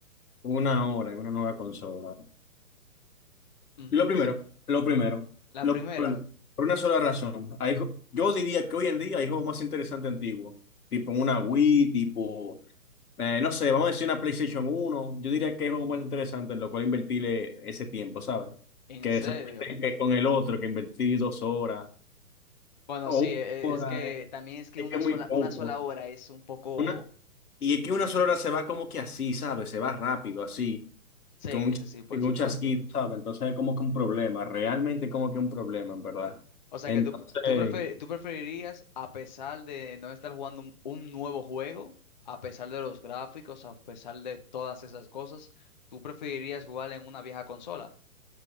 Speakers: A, on the left; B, on the left.
A: Una hora y una nueva consola.
B: Ujú.
A: Lo primero, lo primero,
B: La
A: lo
B: primera,
A: primero. Por una sola razón. Hay ju- yo diría que hoy en día hay juegos más interesantes antiguos. Tipo una Wii, tipo Eh, no sé, vamos a decir una PlayStation uno Yo diría que es algo más interesante en lo cual invertirle ese tiempo, ¿sabes?
B: en
A: Que
B: serio.
A: solamente que con el otro, que invertí dos horas
B: Bueno,
A: o
B: sí, e-
A: una
B: e- es que
A: hora, eh,
B: también es que
A: es,
B: una
A: que es
B: sola,
A: muy poco.
B: una sola hora es un poco...
A: Una, y es que una sola hora se va como que así, ¿sabes? Se va rápido, así,
B: Sí,
A: con un,
B: sí, sí, por
A: con
B: supuesto.
A: un chasquido, ¿sabes? Entonces es como que un problema, realmente como que un problema, en verdad.
B: O sea
A: Entonces,
B: que tú, tú, prefe- tú preferirías, a pesar de no estar jugando un, un nuevo juego, a pesar de los gráficos, a pesar de todas esas cosas, tú preferirías jugar en una vieja consola.